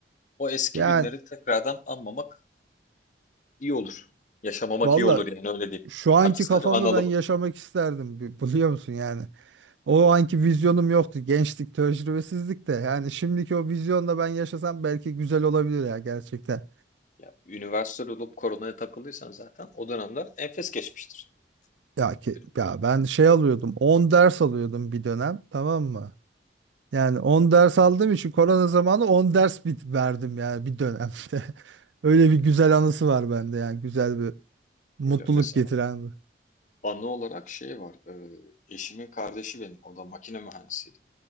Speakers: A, on the left; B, on the right.
A: O eski
B: yani
A: günleri tekrardan anmamak iyi olur. Yaşamamak
B: Valla
A: iyi olur yani öyle diyeyim.
B: Şu anki
A: Artık sadece
B: kafamda
A: analım.
B: ben yaşamak isterdim bi- biliyor musun yani. O anki vizyonum yoktu. Gençlik, tecrübesizlik de. Yani şimdiki o vizyonla ben yaşasam belki güzel olabilir ya gerçekten.
A: Ya, üniversite olup koronaya takıldıysan zaten o dönemler enfes geçmiştir.
B: Ya ki
A: Yani
B: ya ben şey alıyordum. on ders alıyordum bir dönem, tamam mı? Yani 10 ders aldığım için korona zamanı 10 ders bit verdim yani bir dönemde. <laughs> Öyle bir güzel anısı var bende yani güzel bir mutluluk
A: öyle mesela
B: getiren. bir.
A: Anı olarak şey var. e, eşimin kardeşi benim. O da makine mühendisiydi.